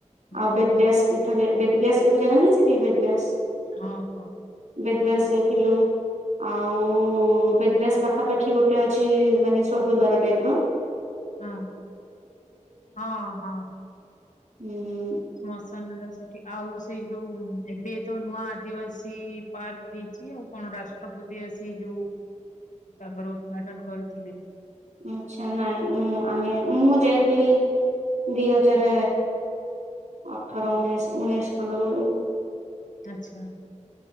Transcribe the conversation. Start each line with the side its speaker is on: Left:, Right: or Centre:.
Left: ହୁଁ
Right: ଆଉ ବେଦବ୍ୟାସ ପୀଠ ବେଦବ୍ୟାସ ଗୋଟେ ଜାଗା ନାହିଁ ସେଠି ବେଦ୍ୟାସ।
Left: ହଁ ହଁ
Right: ବେଦବ୍ୟାସ ଯାଇଥିଲଥିଲୁ। ଆଉ ବେଗସ ପାଖାପାଖି ଗୋଟେ ଅଛି ମାନେ ସଵର୍ଗ ଦଵାର ଟାଇପ ର ହ
Left: ହଁ ହଁ ହଁ
Right: ହୁଁ
Left: ଶ୍ମଶାନେଲା ସେଠି ଆଉ ସେଇ ଯୋଉ ଏବେ ତ ନୂଆ ଆଦିବାସୀ। ପାର୍କ ହେଇଛି ଆଉ କଣ ରାଷ୍ଟ୍ରପତି ଆସି ଯୋଉ ତାମର ଉଦ୍ଘାଟନ କରିଥିଲେ।
Right: ଆଛା ନାଇଁ ମୁଁ ଆମେ ମୁଁ ଯାଇଥିଲି। ଦି ହଜାର ଅଠର ଉଣେଇଶ ଉଣେଇଶ ଖଣ୍ଡ ବେଳକୁ
Left: ଆଚ୍ଛା